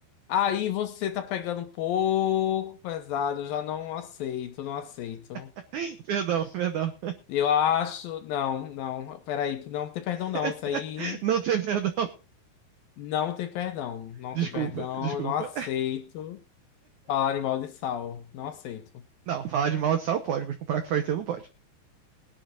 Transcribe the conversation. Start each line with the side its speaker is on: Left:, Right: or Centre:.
Left: Aí você tá pegando um pouco pesado, eu já não aceito, não aceito.
Right: <laughs> Perdão, perdão.
Left: Eu acho. Não, não, peraí, não tem perdão, não.
Right: <laughs>
Left: Isso aí
Right: Não tem perdão.
Left: não tem perdão. Não
Right: Desculpa,
Left: tem perdão,
Right: desculpa.
Left: eu não aceito falar em mal de sal. Não aceito.
Right: Não, falar de maldição pode, mas comparar com Fairy Tail não pode.